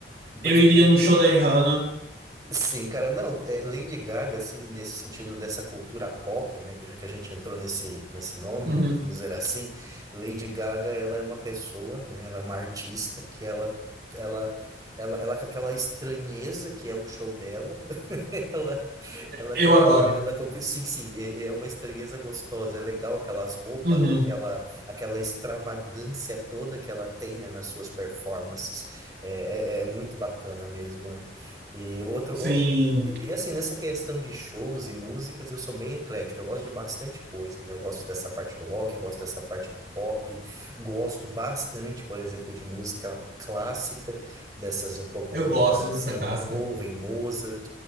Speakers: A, on the right; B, on the right.
A: Porque,
B: Eu iria no show da Rihanna.
A: sim, cara, não, é, Lady Gaga, assim, nesse sentido dessa cultura pop, né? que Já que a gente entrou nesse, nesse nome,
B: Uhum.
A: vamos dizer assim, Lady Gaga, ela é uma pessoa, né? Ela é uma artista que ela, ela, ela, ela com aquela estranheza que é o show dela, <laughs> Ela,
B: Eu
A: co-
B: adoro.
A: ela, co- sim, sim, é, é uma estranheza gostosa, é legal aquelas roupas,
B: Uhum.
A: aquela, aquela extravagância toda que ela tem, né, nas suas performances, é, é, é muito bacana mesmo, né? E outro,
B: Sim,
A: o- e assim, nessa questão de shows e músicas, eu sou bem eclético, eu gosto de bastante coisa, né? Eu gosto dessa parte do rock, gosto dessa parte do pop, gosto bastante, por exemplo, de música clássica, dessas um pouco,
B: eu
A: vamos
B: gosto
A: dizer
B: de
A: assim,
B: música clássica.
A: Beethoven, Mozart,